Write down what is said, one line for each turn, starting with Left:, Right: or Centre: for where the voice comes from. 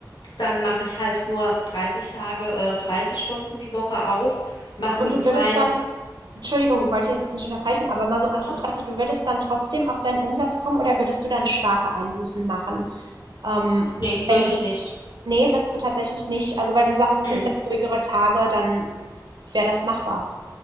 Left: dann mache ich halt nur dreißig Tage, äh, 30 Stunden die Woche auf, mache
Right: Und
Left: einen
Right: du
Left: freien.
Right: würdest dann, Entschuldigung, wollte ich jetzt nicht unterbrechen, aber mal so aus
Left: Doch,
Right: Interesse, du würdest dann trotzdem auf deinen Umsatz kommen oder würdest du dann starke Einbußen machen? Ähm,
Left: nee,
Right: wenn
Left: würde ich
Right: du,
Left: nicht.
Right: nee, würdest du tatsächlich nicht, also weil du sagst, es
Left: Mm.
Right: sind dann ruhigere Tage, dann wäre das machbar.